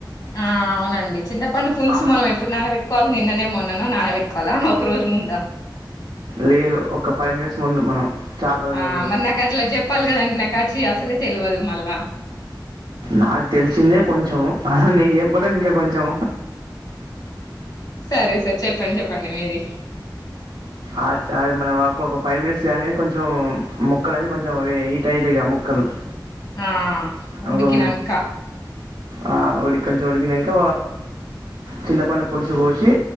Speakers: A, on the left; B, on the right.
A: ఆ అవునండి చింతపండు పులుసు
B: ఆ-
A: మనం ఎప్పుడు నాన పెట్టుకోవాలి నిన్ననే మొన్నన నాన పెట్టుకోవాలా ఒక రోజు ము అ
B: లేదు ఒక ఫైవ్ మినిట్స్ ముందు మనం చేపలు
A: ఆ మరి నాకు అట్లా చెప్పాలి కదండి నాకు అచ్చి అసలే తెల్వదు మళ్ళా
B: నాకు తెలిసిందే కొంచెం అ నీ ఎప్పుడు ఇంకా కొంచమ
A: సరే సార్ చెప్పండి చెప్పండి మీది
B: అది మనకు ఒక ఫైవ్ మినిట్స్ కా కానీ కొంచెం ముక్కల అన్నీ కొంచెం హీట్ అవుతాయి ఆ ముక్కలు
A: ఆ ఉడికినంక
B: ఓహో ఆ ఉడికి కొంచెం ఉడికినాక చింతపడు పులుసు పోసి